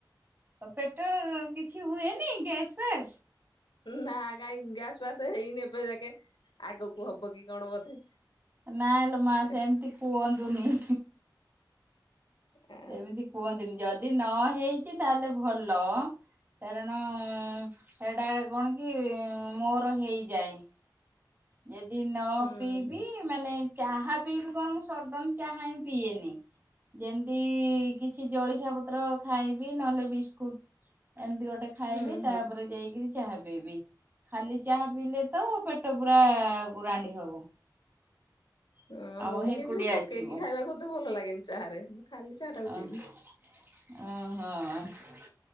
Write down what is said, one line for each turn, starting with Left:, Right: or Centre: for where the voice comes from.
Right: ଆଉ ପେଟ କିଛି ହୁଏନି ଗ୍ୟାସ୍ ଫ୍ୟାସ୍।
Left: ନା କାଇ ଗାସ ବାସ ହେଇନି ଏପେ ଯାକେ। ଆଗକୁ ହବ କି କଣ ବୋଧେ
Right: ନାଇଁଲୋ ମା
Left: ଏ
Right: ସେମିତି କୁହନ୍ତୁନି।
Left: ଆ
Right: ସେମିତି କୁହନ୍ତୁନି ଯଦି ନ ହେଇଛି ତାହେଲେ ଭଲ। କାରଣ ସେଟା କଣ କି ମୋର ହେଇଯାଏ। ଯଦି ନ
Left: ହୁଁ
Right: ପିଇବି
Left: ହୁଁ।
Right: ମାନେ ଚାହା ପିଇବି କଣ ମୁଁ ସଡନ ଚାହା ହିଁ ପିଏନି। ଯେମତି କିଛି ଜଳଖିଆ ପତ୍ର ଖାଇବି ନହେଲେ ବିସ୍କୁଟ ଏମିତି ଗୋଟେ ଖାଇବି
Left: ହୁଁ
Right: ତାପରେ
Left: ହୁଁ
Right: ଯାଇକିରି ଚାହା ପିଇବି। ଖାଲି ଚାହା ପିଇଲେ ତ ପେଟ ପୂରା ଗୁରାଣ୍ଡି ହବ।
Left: ହଁ
Right: ଆଉ
Left: ମୁଁ
Right: ହେକୁଟିଆ
Left: କିଛି ପକେଇକି
Right: ଆସିବ
Left: ଖାଇବାକୁ ଏତେ ଭଲ ଲାଗେନି ଚାହାରେ ମୁଁ ଖାଲି ଚାହା ଟାକୁ
Right: ଅ
Left: ପିବି।
Right: ଓହୋ।